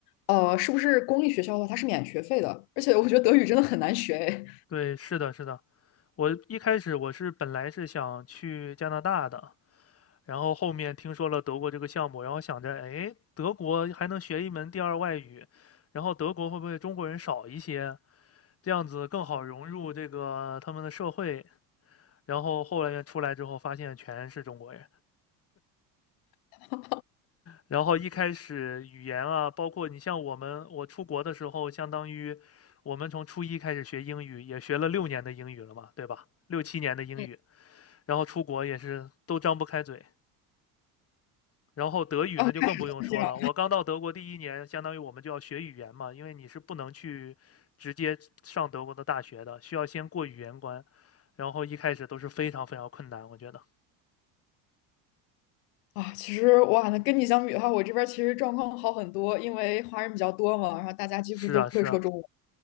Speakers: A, on the left (about 70°); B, on the left (about 30°).
A: 呃，是不是公立学校的话它是免学费的？而且我觉得德语真的很难学诶。
B: 对，是的，是的，我一开始我是本来是想去加拿大的，然后后面听说了德国这个项目，然后想着，哎，德国还能学一门第二外语，然后德国会不会中国人少一些，这样子更好融入这个他们的社会？然后后来出来之后，发现全是中国人。
A: <laughs> 嗯
B: 然后一开始语言啊，包括你像我们，我出国的时候，相当于我们从初一开始学英语，也学了六年的英语了嘛，对吧？六七年的英语，
A: 嗯，
B: 然后出国也是都张不开嘴，然后德语那就更不用说了，
A: <laughs> 刚开始就是这样
B: 我刚到德国第一年，相当于我们就要学语言嘛，因为你是不能去直接上德国的大学的，需要先过语言关，然后一开始都是非常非常困难，我觉得。
A: 啊。其实哇，那跟你相比的话，我这边其实状况好很多，因为华人比较多嘛，然后大家几乎都会说中文。
B: 是啊，是啊，